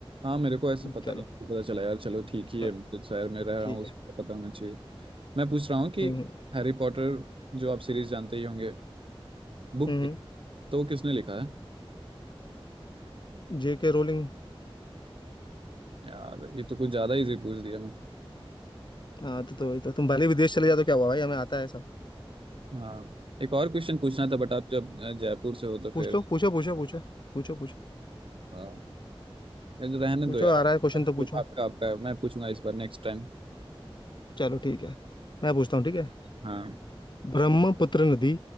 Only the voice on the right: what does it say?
हाँ, मेरे को ऐसे
पता
नहीं पता चला यार चलो ठीक ही
है मैं जिस शहर में रह
रहा हूँ उसको
पता होना चाहिए मैं पूछ रहा हूँ कि
हैरी पॉटर जो आप सीरीज जानते ही होंगे बुक
के तो वो किसने लिखा है
यार ये तो कुछ ज्यादा इजी पूछ दिया मैं
हाँ एक और क्वेश्चन पूछना था बट आप जब अ, जयपुर से हो तो
फिर
हाँ। यार रहने
दो यार
आप-
आपका आपका है मैं पूछूंगा इस बार नेक्स्ट टाइम
हाँ